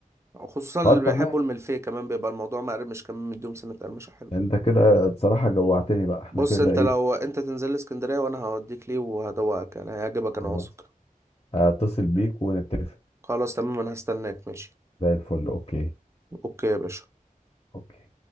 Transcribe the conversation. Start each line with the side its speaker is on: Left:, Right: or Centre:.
Right: خصوصا اللي
Left: طب
Right: بيحبوا
Left: تمام
Right: الملفيه كمان بيبقى الموضوع مقرمش كمان مديهم سنة قرمشة حلوة
Left: انت كده بصراحه جوعتني بقى احنا
Right: بص
Left: كده
Right: انت
Left: ايه
Right: لو انت تنزل لي اسكندرية وانا هوديك ليه وهدوقك يعني هيعجبك
Left: خلاص
Right: انا واثق
Left: اتصل بيك ونتفق
Right: خلاص تمام انا هستناك ماشي
Left: زي الفل اوكي
Right: اوكي يا باشا
Left: اوكي